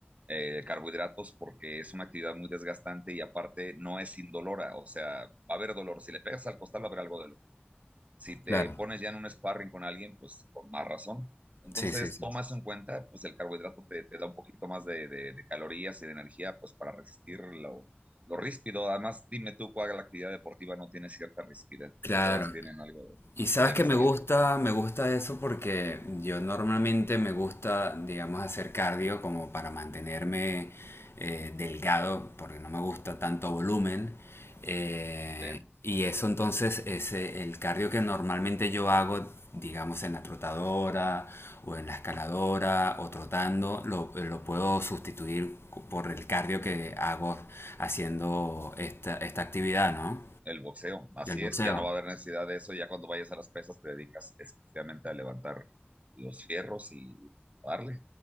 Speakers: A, on the right; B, on the left.
A: eh, carbohidratos, porque es una actividad muy desgastante y aparte no es indolora, o sea, va a haber dolor. Si le pegas al costal, va a haber algo de si te
B: Claro,
A: pones ya en un sparring con alguien, pues con más razón. Entonces,
B: sí, sí, sí.
A: toma eso en cuenta, pues el carbohidrato te, te da un poquito más de, de- de calorías y de energía, pues para resistir lo, lo ríspido. Además, dime tú cuál actividad deportiva no tiene cierta rispidez.
B: Claro.
A: Todas tienen algo
B: Y sabes
A: de
B: que
A: rispidez.
B: me gusta, me gusta eso porque yo normalmente me gusta, digamos, hacer cardio como para mantenerme eh, delgado, porque no me gusta tanto volumen. Eh,
A: dentro.
B: y eso entonces es eh, el cardio que normalmente yo hago, digamos, en la trotadora o en la escaladora o trotando, lo, eh, lo puedo sustituir por el cardio que hago haciendo esta, esta actividad, ¿no?
A: El boxeo, así
B: Del boxeo.
A: es, ya no va a haber necesidad de eso. Ya cuando vayas a las pesas, te dedicas exclusivamente a levantar los fierros y pues, a darle.